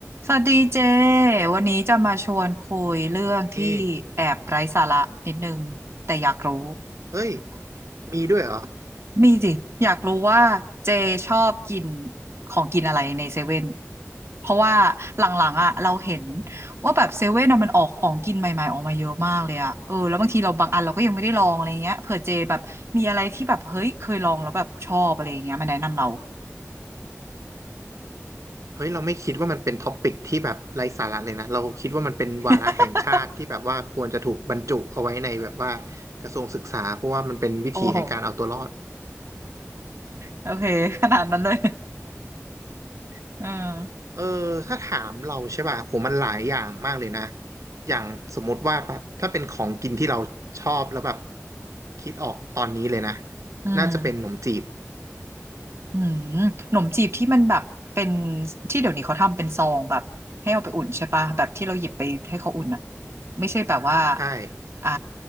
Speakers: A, on the right; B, on the right.
A: สวัสดีเจวันนี้จะมาชวนคุยเรื่องที่แอบไร้สาระนิดนึงแต่อยากรู้
B: มีเฮ้ยมีด้วยเหรอ
A: <laughs> มีสิอยากรู้ว่าเจชอบกินของกินอะไรในเซเว่นเพราะว่าหลังๆอ่ะเราเห็นว่าแบบเซเว่นอะมันออกของกินใหม่ๆออกมาเยอะมากเลยอ่ะเออแล้วบางทีเราบางอันเราก็ยังไม่ได้ลองอะไรเงี้ยเผื่อเจแบบมีอะไรที่แบบเฮ้ยเคยลองแล้วแบบชอบอะไรเงี้ยมาแนะนำเรา
B: เฮ้ย เราไม่คิดว่ามันเป็นท็อปิกที่แบบไร้สาระเลยนะเราคิดว่ามันเป็นวาระแห่งชาติที่แบบว่าควรจะถูกบรรจุเอาไว้ในแบบว่า
A: <laughs>
B: กระทรวงศึกษาเพราะว่ามันเป็นวิธีแห่งการเอาตัวรอด
A: โอ้โหโอเคขนาดนั้นเลย <laughs> อืม
B: เออถ้าถามเราใช่ป่ะโหมันหลายอย่างมากเลยนะอย่างสมมติว่าแบบถ้าเป็นของกินที่เราชอบแล้วแบบคิดออกตอนนี้เลยนะ
A: อืม
B: น่าจะเป็นขนมจีบ
A: อืมหนมจีบที่มันแบบเป็นที่เดี๋ยวนี้เขาทำเป็นซองแบบให้เอาไปอุ่นใช่ปะแบบที่เราหยิบไปให้เขาอุ่นอ่ะไม่ใช่แบบว่า
B: ใช่
A: อ่า